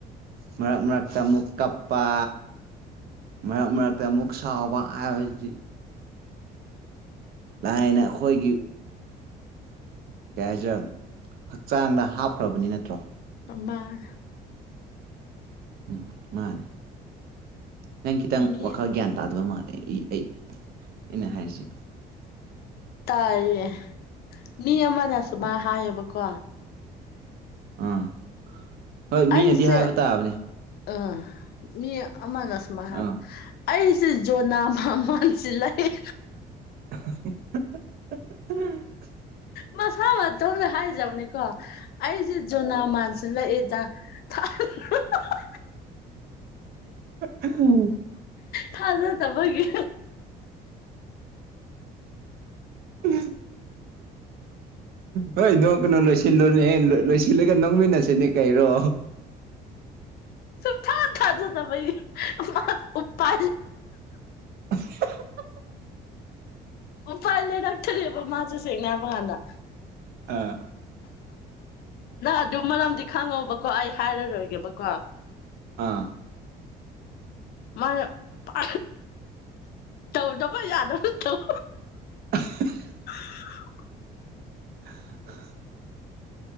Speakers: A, on the right; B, on the left.
A: ꯃꯔꯛ ꯃꯔꯛꯇ ꯑꯃꯨꯛ ꯀꯞꯄ ꯃꯔꯛ ꯃꯔꯛꯇ ꯑꯃꯨꯛ ꯁꯥꯎꯕ ꯍꯥꯏꯕꯁꯤ ꯂꯥꯏꯅ ꯑꯩꯈꯣꯏꯒꯤ ꯀꯩ ꯍꯥꯏꯁꯤꯔ ꯍꯛꯆꯥꯡꯗ ꯍꯥꯞꯈ꯭ꯔꯕꯅꯤ ꯅꯠꯇ꯭ꯔꯣ
B: ꯝ
A: ꯎꯝ ꯃꯥꯅꯦ ꯅꯪ ꯈꯤꯇꯪ
B: ꯃꯤ
A: ꯋꯥꯈꯜ ꯒ꯭ꯌꯥꯟ ꯇꯥꯗꯕ ꯃꯥꯅꯤ ꯑꯩ ꯑꯩꯅ ꯍꯥꯏꯁꯦ
B: ꯇꯥꯏꯌꯦ ꯃꯤ ꯑꯃꯅ ꯁꯨꯃꯥꯏ
A: ꯎꯝ
B: ꯍꯥꯏꯌꯦꯕꯀꯣ
A: ꯑꯥ ꯍꯣꯏ ꯃꯤꯅꯗꯤ
B: ꯑꯩꯁꯦ
A: ꯍꯥꯏꯕ ꯇꯥꯕꯅꯦ
B: ꯎꯝ ꯃꯤ ꯑꯃꯅ ꯁꯨꯃꯥꯏꯅ ꯍꯥꯏꯕ
A: ꯑꯥ
B: ꯑꯩꯁꯦ ꯖꯣꯅꯥ ꯃꯃꯥꯟꯁꯤ ꯂꯩ
A: <unintelligible>
B: ꯃꯁꯥ ꯃꯇꯣꯗ ꯍꯥꯏꯖꯕꯅꯤꯀꯣ ꯑꯩꯁꯦ ꯖꯣꯅꯥ ꯃꯥꯟꯁꯤꯅ <unintelligible>
A: ꯎꯝ
B: ꯊꯥꯖ ꯇꯕꯒꯤ
A: ꯎ ꯍꯣꯏ ꯅꯣꯡ ꯀꯩꯅꯨ ꯂꯣꯏꯁꯤꯜꯂꯨꯅꯦ ꯂꯣꯏꯁꯤꯜꯂꯒ ꯅꯣꯡꯃꯤꯟꯅꯁꯤꯅꯦ ꯀꯔꯣ
B: ꯁꯊꯥ ꯊꯥꯖꯗ ꯄꯩ ꯃꯥ ꯎ ꯄ
A: <unintelligible>
B: ꯄ ꯄ ꯑ ꯂꯩꯥꯛꯇꯔꯦꯕ ꯃꯥꯖ ꯁꯦꯡꯅꯦ ꯃꯉꯥꯟꯗ
A: ꯑꯥ
B: ꯅ ꯑꯗꯨꯝ ꯃꯔꯝꯗꯤ ꯈꯪꯉꯕꯀꯣ ꯑꯩ ꯍꯥꯏꯔꯔꯣꯏꯒꯦꯕꯀꯣ
A: ꯑꯥ
B: ꯃꯥꯥꯏ ꯄ ꯇꯧꯗꯕ ꯌꯥꯗꯕ ꯇꯧ
A: <unintelligible>
B: <unintelligible>
A: <unintelligible>